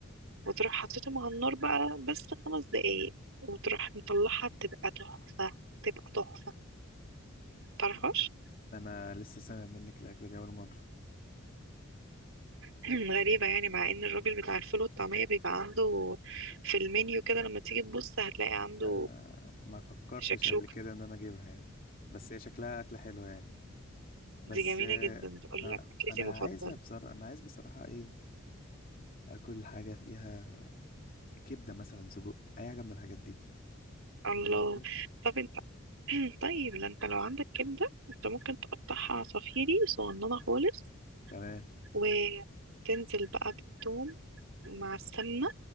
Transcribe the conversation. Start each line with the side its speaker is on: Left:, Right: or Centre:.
Right: وتروح حاططهم على النار بقى بس خمس دقايق وتروح مطلعها بتبقى تحفة تبقى تحفة متعرفهاش
Left: انا لسه سامع منك الاكلة دي اول مرة
Right: <clears throat> غريبة يعني مع ان الراجل بتاع الفول والطعمية بيبقى عنده في المنيو كده لما تيجي تبص هتلاقي عنده
Left: آه ما فكرتش
Right: شكشوكة
Left: قبل كده ان انا اجيبها يعني بس هي شكلها اكلة حلوة يعني بس
Right: دي جميلة
Left: آه،
Right: جدا تقول
Left: طب
Right: لك أكلتي
Left: انا
Right: المفضلة
Left: عايزة بصراحة انا عايز بصراحة ايه اكل حاجة فيها كبدة مثلا سجق اي حاجة من الحاجات دي
Right: الله
Left: فاهم قصدي
Right: طب أنت <clears throat> طيب لا أنت لو عندك كبدة أنت ممكن تقطعها عصافيري صغننة خالص
Left: تمام
Right: وتنزل بقى بالثوم مع السمنة